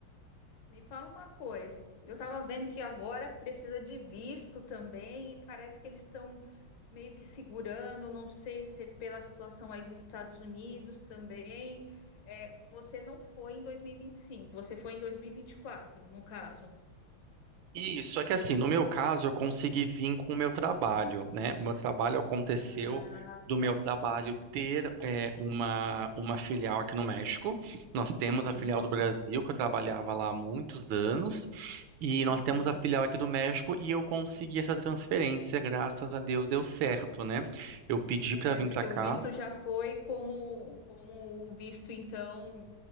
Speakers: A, on the left; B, on the right.
A: Me fala uma coisa, eu estava vendo que agora precisa de visto também e parece que eles estão meio que segurando, não sei se é pela situação aí dos Estados Unidos também. É, você não foi em 2025, você foi em 2024, no caso.
B: Isso, só que assim, no meu caso, eu consegui vir com o meu trabalho, né? O meu trabalho aconteceu
A: Ah,
B: do
A: tá.
B: meu trabalho ter é, uma, uma filial aqui no México. Nós temos
A: Entendi.
B: a filial do Brasil, que eu trabalhava lá há muitos anos, e
A: Sim,
B: nós temos
A: sim.
B: a filial aqui do México, e eu consegui essa transferência, graças a Deus deu certo, né? Eu pedi
A: É,
B: para vir
A: o
B: para
A: seu
B: cá.
A: visto já foi como, como o visto, então.